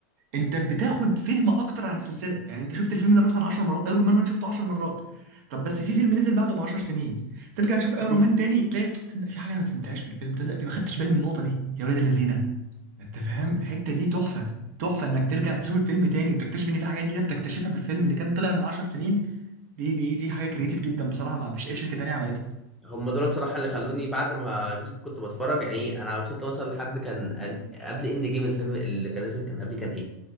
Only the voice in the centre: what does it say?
مم.
هم دول صراحه اللي خلوني بعد ما جيت كنت بتفرج يعني انا وصلت مثلا لحد كان أن- قبل اند جيم الفيلم اللي كان نزل كان قبلي كان ايه